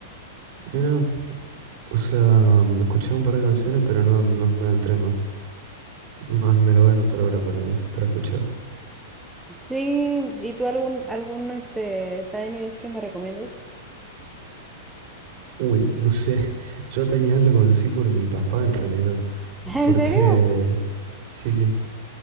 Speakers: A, on the right; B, in the centre.
A: Mira, o sea, mm, escuché un par de canciones, pero no, no me adentré más. Más me lo voy a anotar ahora para, para escuchar.
B: Sí, ¿y tú algún, algún este Tiny Desk que me recomiendes?
A: Uy, no sé. <laughs> Yo a Tiny Desk lo conocí por mi papá, en realidad. <laughs>
B: <laughs> ¿En
A: Porque,
B: serio?
A: sí, sí,